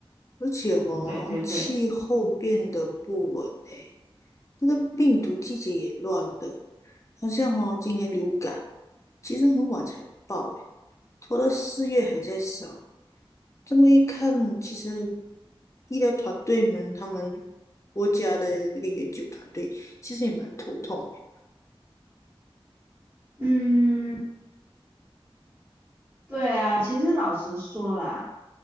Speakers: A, on the left; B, on the right.
A: 而且哦，
B: 对对对，
A: 气候变得不稳诶，那个病毒季节也乱的，好像哦，今年流感其实很晚才爆诶，拖到四月还在烧。这么一看，其实医疗团队们，他们国家的那个研究团队，其实也蛮头痛的。
B: 嗯，对啊，其实老实说啦。